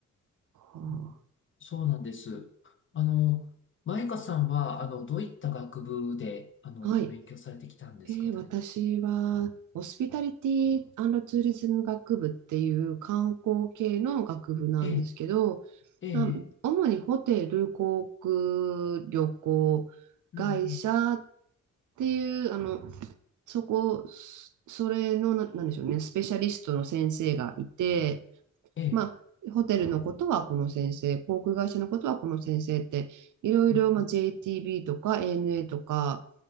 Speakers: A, on the right; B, on the left.
A: は
B: うん、そうなんです。あの、マイカさんは、あの、どういった学部で、あの、
A: あーはい。
B: お勉強されてきたんですか、
A: で、
B: 大学は。
A: 私は、ホスピタリティツーリズム学部っていう観光系の学部なんですけど、
B: ええ、ええ、
A: まあ、主にホテル、航空、旅行、会社っ
B: ええうんうん、
A: ていう、あの、そこ、そそれの、な、なんでしょうね、スペシャリストの先生がいて、
B: ええ、
A: まあ、ホテルのことはこの先生、航空会社のことはこの先生って、いろいろ、
B: うんうん
A: まあ、JTB とか ANA とか、